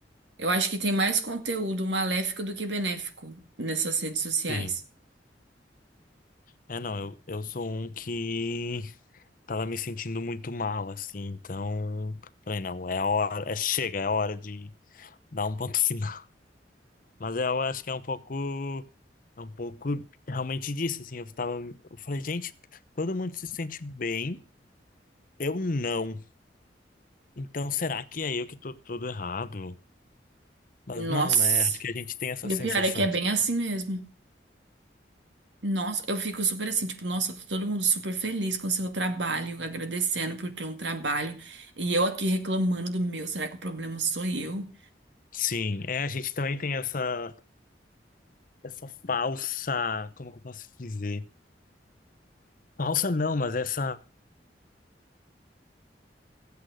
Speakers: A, on the right (about 90°); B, on the left (about 50°).
A: eu acho que tem mais conteúdo maléfico do que benéfico nessas redes sociais.
B: sim. É, não, eu, eu sou um que tava me sentindo muito mal, assim, então falei, não, é a hora, é chega, é a hora de dar um ponto <laughs> final. Mas eu acho que é um pouco, é um pouco realmente disso, assim, eu tava, eu falei, gente, todo mundo se sente bem, eu não. Então será que é eu que tô todo errado? Mas
A: Nossa.
B: não, né? Acho que a gente tem essa
A: E
B: sensação
A: o pior é que é bem
B: de,
A: assim mesmo. Nossa, eu fico super assim, tipo, nossa, tá todo mundo super feliz com o seu trabalho, agradecendo por ter um trabalho, e eu aqui reclamando do meu, será que o problema sou eu?
B: sim, é, a gente também tem essa, essa falsa, como que eu posso dizer? Falsa não, mas essa